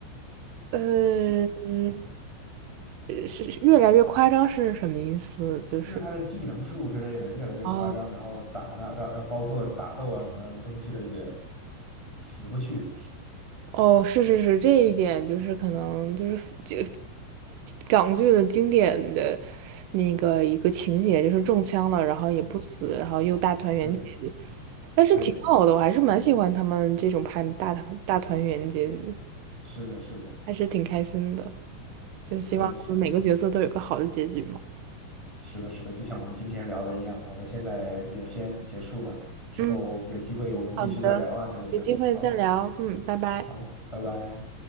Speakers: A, on the right; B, in the centre.
A: 呃，嗯，是是越来越夸张是什么意思？就是
B: 就是他的技能树之类的越来越夸张，
A: 啊，
B: 然后打让让让包括打斗啊什么东西的也死不去。
A: 哦，是是是，这一点就是可能就是就港剧的经典的那个一个情节，就是中枪了，然后也不死，
B: 对
A: 然后又大团圆结局，
B: 对
A: 但是挺好的，
B: 对，
A: 我还是蛮喜欢他们这种拍的大团大团圆结局，
B: 是的，是的，
A: 还是挺开心的，就希望他们每个角色都有个好的结局嘛。
B: 我也是，是的，是的，就像我们今天聊的一样，我们现在也先结束吧，之后有机会我们继续再聊啊之类的。
A: 嗯。好的，有机会再聊，
B: 好，
A: 嗯，拜拜。
B: 好，拜拜。